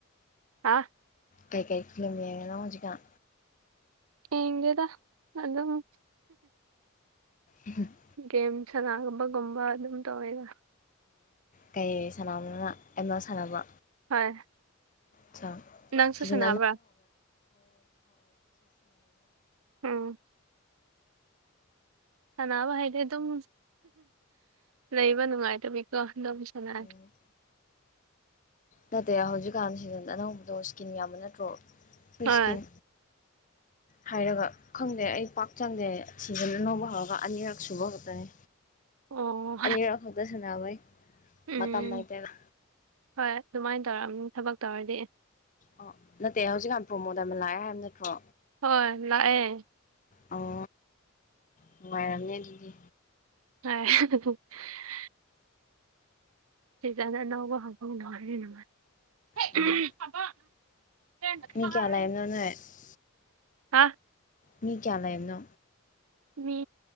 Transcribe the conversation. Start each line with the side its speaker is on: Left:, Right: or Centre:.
Right: ꯍꯥꯥ
Left: ꯀꯥꯏ ꯀꯥꯏ ꯐꯤꯂꯝꯃꯤ ꯌꯡꯉꯤꯅꯣ ꯍꯧꯖꯤꯛꯀꯥꯟ
Right: ꯌꯦꯡꯗꯦꯗ ꯑꯗꯨꯝ
Left: ꯎꯝ
Right: ꯒꯦꯝ ꯁꯥꯟꯅꯥꯒꯅꯕꯒꯨꯝꯕ ꯑꯗꯨꯝ ꯇꯧꯋꯦꯒ
Left: ꯀꯩ ꯁꯥꯟꯅꯕꯅꯤꯅ ꯑꯦꯝ ꯑꯦꯜ ꯁꯥꯟꯅꯕ
Right: ꯍꯣꯏ
Left: ꯁꯥ <unintelligible>
Right: ꯅꯪꯁꯨ ꯁꯥꯟꯅꯕ꯭ꯔꯥ ꯎꯝ ꯁꯥꯟꯅꯕ ꯍꯥꯏꯗꯤ ꯑꯗꯨꯝ ꯂꯩꯕ ꯅꯨꯡꯉꯥꯏꯇꯕꯤꯀꯣ ꯑꯗꯨꯝ ꯁꯥꯟꯅ
Left: ꯎꯝ ꯅꯠꯇꯦ ꯍꯧꯖꯤꯛꯀꯥꯟ ꯁꯤꯖꯟ ꯑꯅꯧꯕꯗꯣ ꯁ꯭ꯀꯤꯝ ꯌꯥꯝꯕ ꯅꯠꯇ꯭ꯔꯣ ꯃꯤꯁꯀꯤꯟ
Right: ꯍꯣꯏ
Left: ꯍꯥꯏꯔꯒ ꯈꯪꯗꯦ ꯑꯩ ꯄꯥꯛ ꯆꯪꯗꯦ ꯁꯤꯖꯟ ꯑꯥꯅꯧꯕ ꯍꯧꯔꯒ ꯑꯅꯤꯔꯛ ꯁꯨꯕ ꯈꯛꯇꯅꯤ
Right: ꯑꯣ
Left: ꯑꯅꯤꯔꯛ ꯈꯛꯇ ꯁꯟꯅꯕꯩ
Right: ꯎꯝ
Left: ꯃꯇꯝ ꯂꯩꯥꯏꯇ
Right: ꯍꯣꯏ ꯑꯗꯨꯃꯥꯏꯅ ꯇꯧꯔꯛꯑꯝꯅꯤ ꯊꯕꯛ ꯇꯧꯔꯗꯤ
Left: ꯑꯣ ꯅꯠꯇꯦ ꯍꯧꯖꯤꯛꯀꯥꯟ ꯄ꯭ꯔꯣꯃꯣ ꯗꯥꯏꯃꯟ ꯂꯥꯛꯑꯦ ꯍꯥꯏꯕ ꯅꯠꯇ꯭ꯔꯣ
Right: ꯍꯣꯏ ꯂꯥꯛꯑꯦ
Left: ꯑꯣ ꯅꯨꯡꯉꯥꯏꯔꯝꯅꯤ ꯑꯗꯨꯗꯤ
Right: <unintelligible> <unintelligible> <unintelligible>
Left: ꯎꯝ ꯃꯤ <unintelligible>
Right: ꯍꯥꯥ
Left: ꯃꯤ ꯀꯌꯥ ꯂꯩꯕꯅꯣ
Right: ꯃꯤ